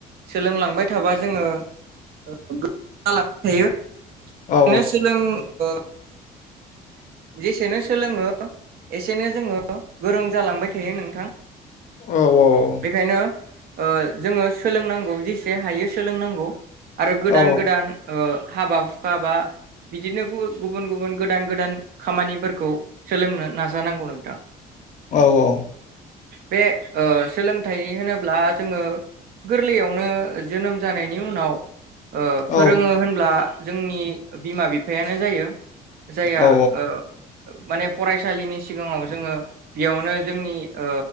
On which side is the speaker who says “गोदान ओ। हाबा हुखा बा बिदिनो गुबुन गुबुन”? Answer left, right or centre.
Right